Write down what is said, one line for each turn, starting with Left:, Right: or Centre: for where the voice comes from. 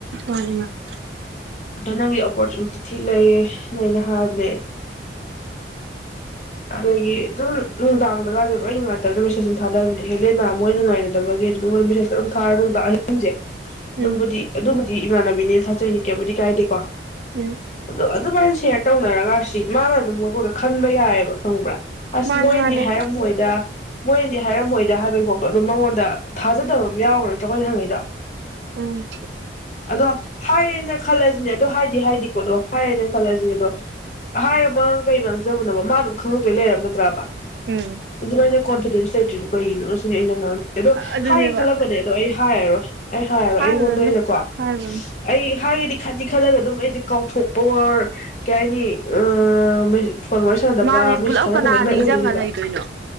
Right: ꯃꯟꯅꯦ ꯃꯥꯟꯅꯦ
Left: ꯑꯗ ꯅꯪꯒꯤ ꯑꯣꯄꯣꯔꯆꯨꯅꯤꯇꯤ ꯊꯤ ꯂꯩꯌꯦꯅ ꯑꯩꯅ ꯍꯥꯏꯕꯁꯦ ꯑꯗꯒꯤ ꯑꯗꯨꯝ ꯅꯨꯡꯗꯥꯡꯗꯒꯁꯦ ꯂꯣꯏ ꯅꯨꯡꯉꯥꯏꯇꯕꯅ ꯃꯦꯁꯦꯁ ꯑꯗꯨꯝ ꯊꯥꯅꯕꯤꯅꯦ ꯍꯦꯜꯂꯦꯅꯥ ꯃꯣꯏ ꯅꯨꯡꯉꯥꯏꯅꯗꯕꯒꯤ ꯑꯗꯨꯝ ꯑꯩꯉꯣꯟꯗ ꯃꯦꯁꯦꯖ ꯑꯗꯨꯝ ꯊꯥꯔꯦ ꯅꯨꯡꯗꯥꯡ ꯑꯍꯤꯡꯁꯦ ꯑꯗꯨꯝꯕꯨꯗꯤ
Right: ꯎꯝ
Left: ꯑꯗꯨꯕꯨꯗꯤ ꯗꯤ ꯏꯃꯥꯟꯅꯕꯤꯅꯦ ꯊꯥꯖꯩꯅꯤ ꯀꯦꯝꯕꯨꯗꯤ ꯀꯥꯏꯗꯦꯀꯣ
Right: ꯎꯝ
Left: ꯑꯗꯣ ꯑꯗꯨꯃꯥꯏꯅ ꯁꯦꯌꯔ ꯇꯧꯅꯔꯒ ꯁꯤ ꯃꯥꯅ ꯑꯗꯨꯝ ꯃꯈꯈꯣꯏꯗ ꯈꯟꯕ ꯌꯥꯏꯑꯕ ꯈꯪꯕ꯭ꯔꯥ ꯑꯁ
Right: ꯃꯥꯅꯦ
Left: ꯃꯣꯏꯅꯗꯤ
Right: ꯃꯥꯅꯦ
Left: ꯍꯥꯏꯔꯝꯃꯣꯏꯗ ꯃꯣꯏꯅꯗꯤ ꯍꯥꯏꯔꯝꯃꯣꯏꯗ ꯍꯥꯏꯕꯩꯀꯣꯕ ꯑꯗꯨꯝ ꯃꯉꯣꯟꯗ ꯊꯥꯖꯗꯕ ꯑꯃ ꯌꯥꯎꯒ꯭ꯔꯥ ꯑꯩꯈꯣꯏꯗ ꯍꯪꯉꯩꯗꯣ
Right: ꯎꯝ
Left: ꯑꯗꯣ ꯍꯥꯏꯌꯦꯅ ꯈꯜꯂꯁꯤꯅꯦ ꯑꯗꯣ ꯍꯥꯏꯗꯤ ꯍꯥꯏꯗꯤꯀꯣ ꯑꯣ ꯍꯥꯏꯔꯦꯅ ꯈꯜꯂꯁꯤꯅꯦ ꯑꯗꯣ ꯍꯥꯏꯔꯃ ꯀꯩ ꯃꯥꯡꯖꯕꯅꯣ ꯃꯥ ꯑꯗꯨꯝ ꯈꯪꯉꯛꯇꯣꯏ ꯂꯩꯔꯕ ꯅꯠꯇ꯭ꯔꯕ
Right: ꯎꯝ
Left: ꯑꯗꯨꯃꯥꯏꯅ ꯀꯣꯟꯐꯤꯗꯦꯟꯁ ꯂꯩꯇ꯭ꯔꯤꯗ ꯀꯒꯤꯅꯣ ꯁꯤꯅꯦ ꯑꯩꯅ ꯑꯗꯣ
Right: ꯑꯗꯨꯅꯦꯕ
Left: ꯍꯥꯏꯌꯦ ꯈꯜꯂꯝꯕꯅꯦ ꯑꯗꯣ ꯑꯩ ꯍꯥꯏꯔꯔꯣꯏ ꯑꯩ ꯍꯥꯏꯔꯣ
Right: ꯍꯥꯏꯔꯨꯔꯅꯨ
Left: ꯑꯩꯉꯣꯟꯗ ꯑꯣꯏꯅꯀꯣ
Right: ꯍꯥꯏꯔꯨꯔꯅꯨ
Left: ꯑꯩ ꯍꯥꯏꯗꯤ ꯈꯪꯗꯤ ꯈꯜꯂꯒ ꯑꯗꯨꯝ ꯑꯩꯁꯦ ꯀꯥꯎꯊꯣꯛꯄ ꯑꯣꯔ ꯀꯩ ꯍꯥꯏꯅꯤ ꯑꯥ ꯃꯦ ꯐꯣꯟ ꯋꯥꯔꯤ ꯁꯥꯟꯅꯗꯕ
Right: ꯃꯥꯅꯦ
Left: ꯃꯤꯁꯨ
Right: ꯄꯨꯂꯞ
Left: ꯊꯥꯟꯅꯗꯕ
Right: ꯀꯅꯥ
Left: ꯑꯗꯨ
Right: ꯅꯤꯡꯁꯤꯡꯉ
Left: ꯃꯥꯏ ꯑꯣꯏꯗꯣꯏꯅꯦꯕ
Right: ꯂꯩꯗꯣꯏꯅꯣ